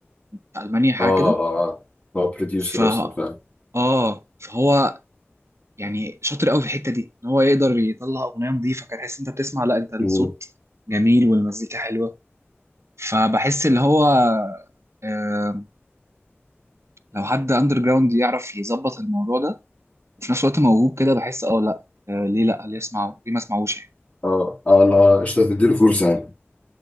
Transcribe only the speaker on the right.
في المانيا حاجه
كده
ف
اه فهو يعني شاطر قوي في الحته دي ان هو يقدر يطلع اغنيه نظيفه كان تحس انت بتسمع لا انت الصوت
جميل والمزيكا حلوه فبحس اللي هو آه، لو حد اندر جراوند يعرف يظبط الموضوع ده وفي نفس الوقت موهوب كده بحس اه لا آه ليه لا ليه اسمعه ليه ما اسمعوش يعني